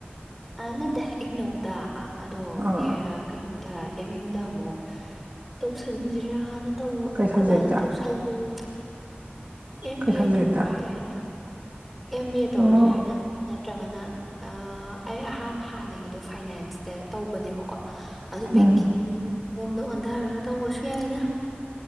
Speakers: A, in the centre; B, on the right.
A: ꯑꯅ ꯇ ꯏꯀꯅꯧꯗ ꯑ ꯑꯗꯣ
B: ꯑꯥ
A: ꯑꯦ ꯀꯩꯅꯣ ꯇꯥꯏ ꯏꯃꯤꯌꯨꯗꯥ ꯑꯃꯨꯛ ꯇꯧꯁꯤꯟꯁꯤ꯭ꯔꯥꯅ ꯇꯧꯕ ꯑꯩꯈꯣꯌ
B: ꯀꯩ ꯁꯕꯖꯦꯛꯇ
A: ꯕꯅꯥ ꯇꯧ ꯁꯜꯂꯣꯌꯦ ꯑꯦꯝ
B: ꯀꯩ
A: ꯕꯤ
B: ꯁꯕꯖꯦꯛꯇ
A: ꯑꯦ ꯇꯧꯔꯁꯨ ꯌꯥꯏꯅ ꯑꯦꯝ ꯕꯤ ꯑꯦ ꯇꯧꯔꯁꯦ
B: ꯑꯣ
A: ꯍꯥꯏꯅ ꯅꯠꯇ꯭ꯔꯒꯅ ꯑꯩ ꯑꯍꯥꯟ ꯍꯥꯟꯅꯒꯤꯗꯣ ꯐꯥꯏꯅꯥꯟꯁꯇ ꯇꯧꯕꯅꯦꯕꯀꯣ ꯀꯣ ꯑꯗꯨ
B: ꯎꯝ
A: ꯕꯦꯡꯀꯤꯡ ꯔꯣꯝꯗ ꯑꯣꯟꯊꯔꯒ ꯇꯧꯕꯁꯨ ꯌꯥꯏꯅꯦ